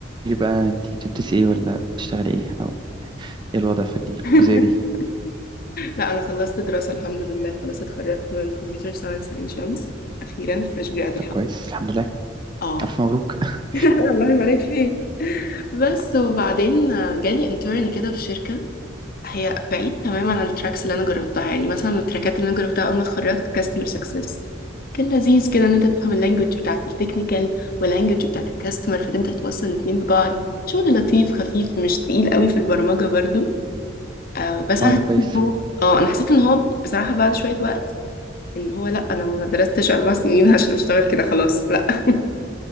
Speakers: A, on the right; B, on the left.
A: لي بقى انتي بتدرسي ايه ولا بتشتغلي ايه او ايه الوضع في ال-
B: <laughs>
A: في الجزئيه دي
B: لا انا خلصت دراسة الحمد لله خلاص اتخرجت من كمبيوتر ساينس عين شمس اخيرا فريش جراد
A: طب
B: الحمد
A: كويس
B: لله
A: الحمد لله
B: اه
A: الف مبروك <laughs>
B: <laughs> الله يبارك فيك بس وبعدين جالي انترن كده في شركة هي بعيد تماما عن التراكس اللي انا جربتها يعني مثلا من التراكات اللي انا جربتها اول ما اتخرجت كاستمر سكسس كان لذيذ كده ان انت تفهم اللانجوج بتاعت التكنيكال واللانجوج بتاعت الكاستمر فتبدا توصل الاتنين ببعض شغل لطيف خفيف مش تقيل قوي في البرمجة برضو آه بس
A: اه
B: انا حسيت
A: ده كويس
B: ان هو اه انا حسيت ان هو بصراحة بعد شوية وقت ان هو لا انا ما درستش اربع سنين عشان اشتغل كده خلاص لا <laughs>